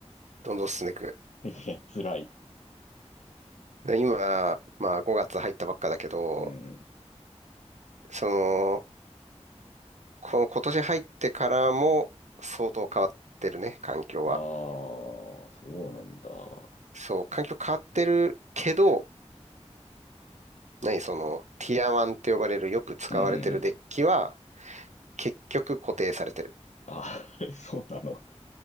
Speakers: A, on the right; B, on the left.
A: どんどん進んでいく。
B: <laughs> いや、辛い。
A: で今、まあ5月入ったばっかだけど、
B: うん。
A: その、この今年入ってからも相当変わってるね、環境は。
B: ああ、そうなんだ。
A: そう、環境変わってるけど、何その、ティアワンって呼ばれるよく使われてるデッキは、
B: うんうんうん。
A: 結局固定されてる。
B: あー <laughs> そうなの。